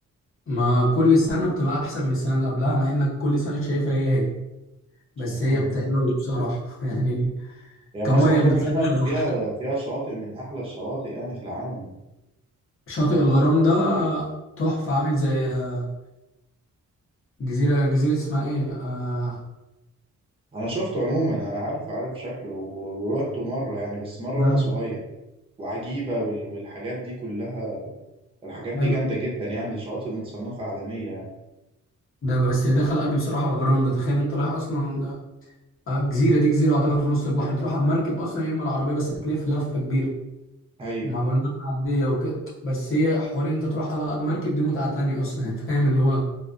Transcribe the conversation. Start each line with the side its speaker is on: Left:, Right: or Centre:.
Left: ما كل سنة بتبقى أحسن من السنة اللي قبلها مع إنك كل سنة شايفها هي هي بس
Right: <laughs>
Left: هي بتحلو بصراحة <laughs> يعني
Right: يعني
Left: كمية
Right: مرسى مطروح
Left: بالذات
Right: عموما
Left: بصراحة
Right: فيها فيها شواطئ من احلى الشواطئ يعني في العالم
Left: شاطئ الغرام ده تحفة عامل زي آه، جزيرة جزيرة اسمها إيه؟ آه...
Right: انا شفته عموما انا عارف عارف شكله و- ورحته مرة يعني بس مرة
Left: مم.
Right: وانا صغير وعجيبة وال- والحاجات دي كلها الحاجات دي
Left: حلو
Right: جامدة جدا يعني دي شواطئ متصنفة عالمية يعني
Left: ده بس اللي دخل قلبي بصراحة الغرام ده تخيل أنت رايح أصلا آه، جزيرة دي جزيرة يعتبر في نص البحر بتروحها بمركب أصلا يا إما العربية بس تلف لفة كبيرة
Right: أيوة
Left: ومعمول لها معدية وكده بس هي حوار إن أنت تروحها بقى بمركب دي متعة تانية أصلا <laughs> فاهم اللي هو